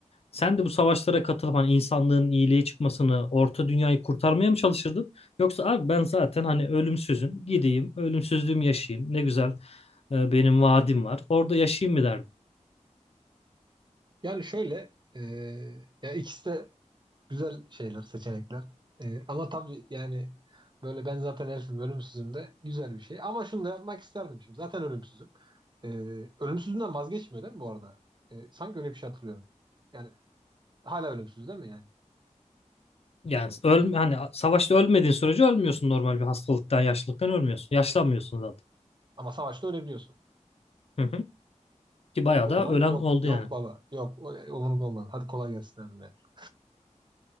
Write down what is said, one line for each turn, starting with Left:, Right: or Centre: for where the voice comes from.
Left: Sen de bu savaşlara katılıp hani insanlığın iyiliğe çıkmasını, orta dünyayı kurtarmaya mı çalışırdın? Yoksa abi ben zaten hani ölümsüzüm, gideyim, ölümsüzlüğümü yaşayayım. Ne güzel e, benim vaadim var. Orada yaşayayım mı derdin?
Right: Yani şöyle ee, ya ikisi de güzel şeyler, seçenekler. Ee, ama tabii yani böyle ben zaten herifim ölümsüzüm de güzel bir şey. Ama şunu da yapmak isterdim şimdi. Zaten ölümsüzüm. Ee, ölümsüzlüğünden vazgeçmiyor değil mi bu arada? Ee, sanki öyle bir şey hatırlıyorum. Yani hala ölümsüz değil mi yani?
Left: Yani öl,
Right: Ee,
Left: hani savaşta ölmediğin sürece ölmüyorsun normal bir hastalıktan, yaşlılıktan ölmüyorsun. Yaşlanmıyorsun zaten.
Right: Ama savaşta ölebiliyorsun.
Left: Hı hı. Ki bayağı
Right: O
Left: da
Right: zaman
Left: ölen
Right: yok
Left: oldu
Right: yok
Left: yani.
Right: baba yok o- umurumda olmaz. Hadi kolay gelsin abi. <laughs>